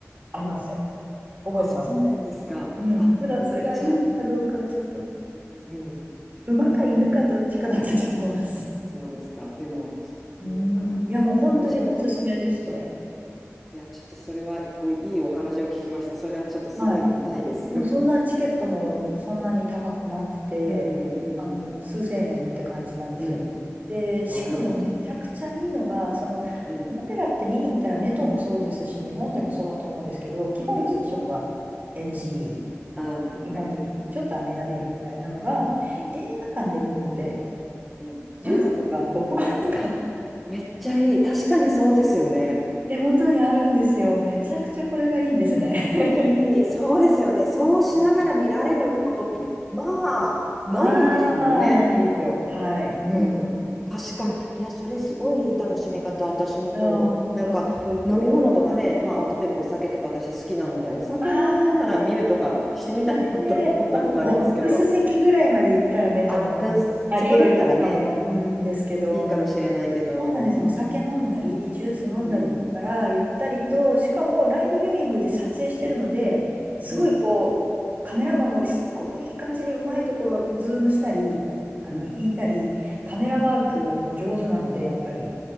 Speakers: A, on the right (about 35°); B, in the centre.
A: あります
B: お
A: 覚えてます、
B: そうなんですか。
A: それ。うん。
B: あ、
A: ただ、それがいいのかどうかはちょっと、
B: じゃあ、うん。
A: 馬か犬かどっちかだったと思います。
B: へえ、そうですか。でも、
A: <laughs> うん。
B: 犬か。
A: いや、もう本当におすすめです、
B: 私が見た、うん
A: それ。
B: いや、ちょっとそれはお、いいお話を聞きました。それはちょっとすごい見たいです。
A: はい。
B: <laughs>
A: もうそんなチケットもそんなに高くなくて、
B: うん、うん、
A: あの、数千円って感じなんですよ。
B: うん。
A: で、しかもめちゃくちゃいいのが、
B: なるほど。
A: その、
B: うん、
A: オペラって見に行ったらメトもそうですし、日本でもそうだと思うんですけど、基本飲食は
B: うん、うん。
A: NG、
B: ああ、
A: 基本的にちょっと飴舐めるぐらいなのが、
B: はい。うん、うん、
A: 映画館で見るので、
B: うん。
A: ジュースとかポップコーンとか
B: ああ、
A: <laughs>
B: あ、めっちゃいい。確かにそうですよね。
A: 手元にあるんですよ。めちゃくちゃこれがいいんですね。
B: いい、そうですよね。そうしながら見られることって、まあ、
A: <laughs> まあまあないですよ。
B: ないですもんね。
A: はい。
B: うん、確かに。いや、それすごいいい楽しみ方。私もそう。
A: いやー、本当にすごく。
B: なんか、飲み物とかね、まあ、お例えばお酒とか私好きなので、お酒飲みながら見るとかしてみたいなと思ったことありますけど。
A: ああ、ええまあ、ボックス席ぐらいまで行ったら目との、
B: あ、うん、そそこだったらね、
A: ありえるかも、うんですけど、
B: いいかもしれないけど、
A: そうなんですよ。お酒飲んだり、ジュース飲んだりしながら、
B: うん、
A: ゆったりと、しかもライブビューイングで撮影してるので、すごいこう、
B: うん、
A: カメラマンもすっごくいい感じにうまいところ、ズームしたり、あの、
B: うん、
A: 引いたり、カメラワークも上手なので、
B: うん、
A: やっぱり。